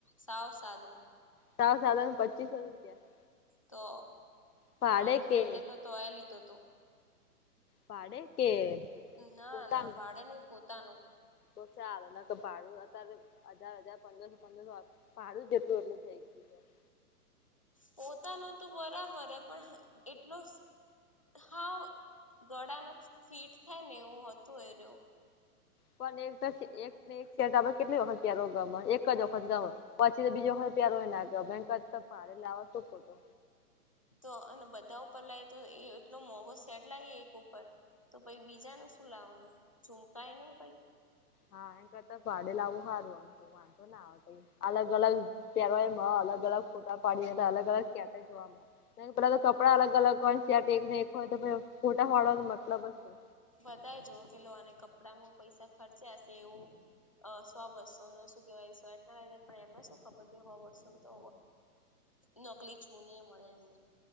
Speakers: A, on the left (about 20°); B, on the left (about 70°).
A: સાવ સાદો
B: સા સાધાર પચીસો રૂપિયા
A: તો
B: ભાડે
A: મારી ફ્રેન્ડે
B: કે
A: તો તોય લીધો હતોું
B: પાડે કે
A: ના
B: પોતાનું
A: ના ભાડે નઈ પોતાનું
B: તો ચાલ કે ભાડું અત્યારે હજાર હજાર પંદરસો પંદરસો પાાડું જ જેટલું એટલું થઈ ગયું છે.
A: પોતાનો તો બરાબર હ પણ એટલો હા ગળા ન ફીટ થાય ને એવું હતું એ રહવ
B: પણ એક એકને એક સેટ આપણે કેટલી વખત ત્યાર ગમે એક જ વખત ગમે પછી તો બીજી વખત પેરવો નાગમે એના કરતા ભાડે લાવે શુ ખોટો
A: તો અને બધા ઉપર લાવ તો એ એટલો મોંઘો સેટ લાવએ એક ઉપર તો પછ બીજા ન શું લાવવાનું ચમકાય નહી પ
B: હા એ કરતા ભાડે લાવવું સારું એમ તો વાંધો અલગ અલગ તહેવા અલગ અલગ ફોટા પાડી અલગ અલગ ક્યાંટે જોવા મળે. ના પેલા તો કપડા અલગ અલગ હોય ચ એક ને એક હોય તો પછ ફોટા પાડવાનો મતલબ શું
A: બધાય જો કે લો આને કપડામાં પૈસા ખર્ચ્યા હશે એઓ સો બસો ને શું કેવાય એટલા લ એમને શું ખબર કે હો બસોમ તો નકલી ચૂની એ મળે એમને,